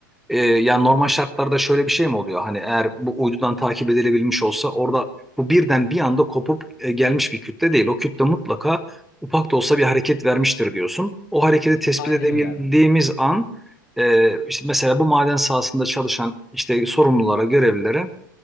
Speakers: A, in the centre; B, on the left (about 65°).
A: Ee, yani normal şartlarda şöyle bir şey mi oluyor? Hani eğer bu uydudan takip edilebilmiş olsa orada bu birden bir anda kopup e, gelmiş bir kütle değil. O kütle mutlaka ufak da olsa bir hareket vermiştir diyorsun. O hareketi tespit
B: Aynen
A: edebildiğimiz
B: öyle abi.
A: an e, işte mesela bu maden sahasında çalışan işte sorumlulara, görevlilere